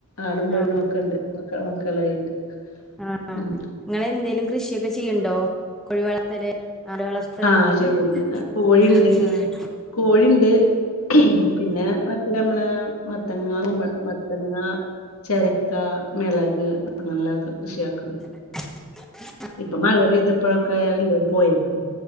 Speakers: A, on the left; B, in the centre.
A: ആണും പെണ്ണും
B: ആ
A: ഒക്കെണ്ട് <inaudible>
B: ആഹ്, ആ
A: ഉം
B: നിങ്ങളെന്തേലും കൃഷിയൊക്കെ ചെയ്യുണ്ടോ? കോഴി വളർത്തല്, ആട് വളർത്തല്?
A: ആ ചെയ്യണ്ട്
B: <unintelligible>
A: കോഴിണ്ട്
B: ആഹ്
A: കോഴിണ്ട് പിന്നെ മറ്റേ നമ്മളാ, മത്തങ്ങാ കുമ്പൾ. മത്തങ്ങാ ചെരക്ക മെളക് അങ്ങനെയൊക്കെ കൃഷിയക്കണ്ട്
B: ആ
A: ഇപ്പം മഴ പെയ്തപ്പഴൊക്കെ എല്ലും പോയേക്കും